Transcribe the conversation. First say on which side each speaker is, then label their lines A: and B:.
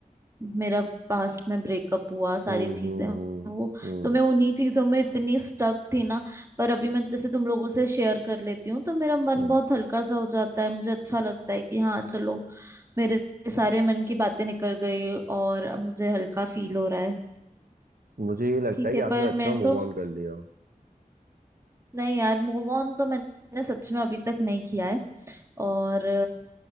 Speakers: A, on the right; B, on the right.
A: मेरा पास्ट में ब्रेकअप हुआ सारी
B: हम्म
A: चीजें
B: हम्म
A: वो
B: हम्म
A: तो मैं उन्हीं चीजों में इतनी स्टक थी ना पर अभी मैं जैसे तुम लोगों से शेयर कर लेती हूँ तो मेरा मन
B: हम्म
A: बहुत
B: हम्म।
A: हल्का सा हो जाता है मुझे अच्छा लगता है कि हाँ चलो मेरे सारे मन की बातें निकल गई और अब मुझे हल्का फील हो रहा है
B: मुझे ये लगता
A: ठीक
B: है कि
A: है
B: आपने
A: पर
B: अच्छा
A: मैं तो
B: मूव ऑन कर लिया
A: नहीं यार मूव ऑन तो मैंने सच में अभी तक नहीं किया है और